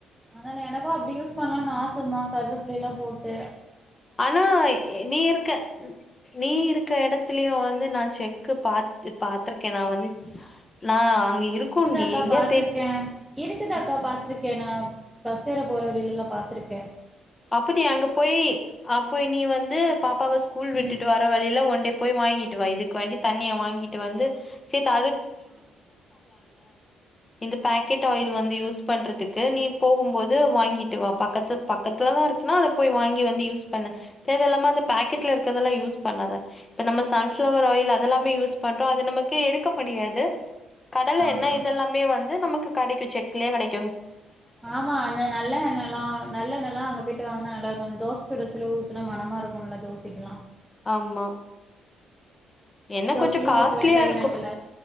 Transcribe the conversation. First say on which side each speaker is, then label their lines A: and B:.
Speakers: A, in the centre; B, on the left.
A: ஆனா எனக்கும் அப்டி யூஸ் பண்ணலானு ஆச சுத்தமா கருவப்பில்லேலா போட் ட
B: ஆனா ஏ நீ இருக்க நீ இருக்க எடத்துலயு வந்து நா செக்கு பாத் பாத்திருக்கே நா வந்து நா அங்க
A: நா
B: இருக்கும்ண்டி
A: இருக்குதக்கா
B: எங்கயா
A: பாத்திருக்க இருக்குதக்கா
B: தேடி
A: பாத்திருக்க நா பஸ் ஏற போற வழிலெல்லா பாத்துருக்க
B: அப்போ நீ அங்க போயி அப்போ நீ வந்து பாப்பாவ ஸ்கூல் விட்டுட்டு
A: ம்.
B: வர வழில ஒன்டே போய் வாங்கிட்டு வா இதுக் வண்டி தண்ணியா வாங்கிட்டு வந்து சேத்
A: ஆ
B: இந்த பக்கெட்
A: ஆமா.
B: ஆயில் வந்து யூஸ் பண்றதுக் கு நீ போகும்போது வாங்கிட்டு வா பக்கத்து பக்கத் தோதா இருக்குன்னா அத போய் வாங்கி வந்து யூஸ் பண்ணு தேவயில்லாம அந்த
A: ம்.
B: பக்கெட்ல இருக்றதெல்லா யூஸ் பண்ணாத இப்ப நம்ம சன்ஃப்ளவர் ஆயில் அத் தெல்லாமே யூஸ் பண்ற அது நமக்கு இருக் க முடியாது கடல
A: ஆமா.
B: எண்ண இதெல்லாமே வந்து நமக் ப்பு கடைக்கும் செக்லே கடைக்
A: ஆமா அந்த நல்ல எண்ணெலா நல்லெண்ணலா அங்க போய் சு வாங்குனாநல்லா இருக்கு தோசைச்சுட ச்சுல ஊத்துனா மனமா இருக்கும்ல தோசைக்குலா
B: ஆமா
A: நெய்
B: என்ன கொஞ்சோ
A: தோசையும்
B: காஸ்ட்லியா
A: ஊத்துவேன் சில
B: இருக்கு
A: நேரத்துல.